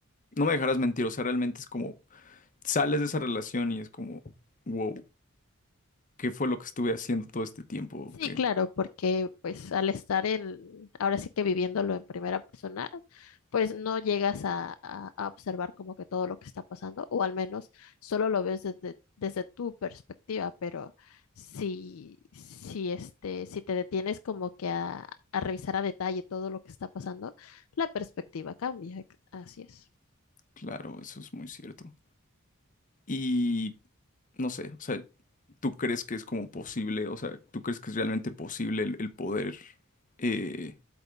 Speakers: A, on the left; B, on the left.
A: no me dejarás mentir, o sea, realmente es como, sales de esa relación y es como... Wow. qué fue lo que estuve haciendo todo este tiempo,
B: Sí,
A: que
B: claro, porque pues al estar en, ahora sí que viviéndolo en primera persona, pues no llegas a, a- a observar como que todo lo que está pasando, o al menos solo lo ves desde, desde tu perspectiva, pero si, si este, si te detienes como que a, a revisar a detalle todo lo que está pasando, la perspectiva cambia, ex- así es.
A: claro, eso es muy cierto. Y no sé, o sea, ¿tú crees que es como posible, o sea, ¿tú crees que es realmente posible el, el poder, eh,